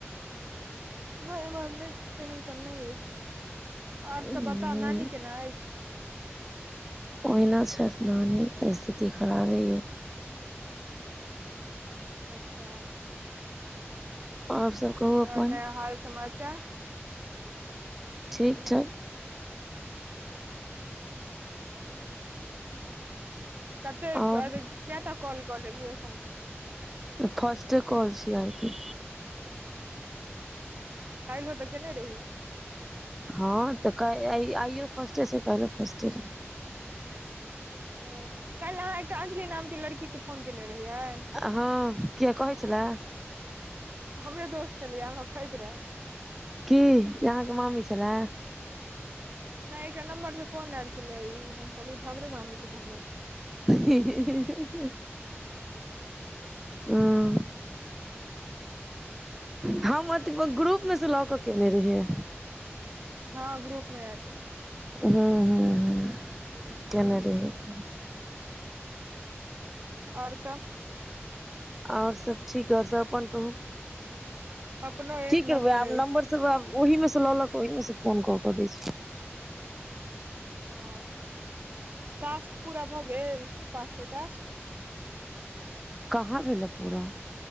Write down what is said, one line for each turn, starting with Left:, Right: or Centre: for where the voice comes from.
Right: नहि एम्हर नहि तेहन सन नहि अछि आर
Centre: नहि
Right: सभ बता नानी केना अछि
Centre: ओहिना छैथ नानी तऽ स्थिति खराबे अऽ
Right: अच्छा
Centre: आओर सब कहू अपन
Right: आओ न हाल समाचार
Centre: ठीक छै
Right: कते
Centre: आओर
Right: अे कैटा कॉल कऽ लेलीयै एखन तक
Centre: ई फास्टे काँल छियै आइ के
Right: काल्हिओ तऽ केने रही
Centre: हँ तऽ आइयो फर्स्टे छै काल्हिओ फर्स्टे रहै
Right: ओ काल्हि अहाँ एकटा अंजलि नामके लड़कीके फोन केने रहियै
Centre: हँ किये कहै छले
Right: हमरे दोस्त छलैये हँसैत रहै
Centre: की जे अहाँके मामी छलए
Right: नहि एकटा नम्बर से फोन आयल छलै ई हम कहलियै हमरे मामीे के नम्बर छियै
Centre: ही ही ही ओ <inaudible> हम ओते ग्रुप मे से लऽ कऽ केने रहियै
Right: हँ ग्रुप मे एड अय
Centre: हूंम्म हूंम्म हूंम्म केने रहियै
Right: <inaudible> और सब
Centre: आओर सब ठीक अय आओर सब अपन कहू
Right: अपनो
Centre: की
Right: एक
Centre: करबै आब
Right: अछि
Centre: नम्बर सब आब ओहि मे से लऽ लऽ कऽ ओहि मे से फोन कऽ कऽ दै छियै
Right: ओ टास्क पूरा भऽ गेल पाँचटा टास्क
Centre: कहाँ भेलै पूरा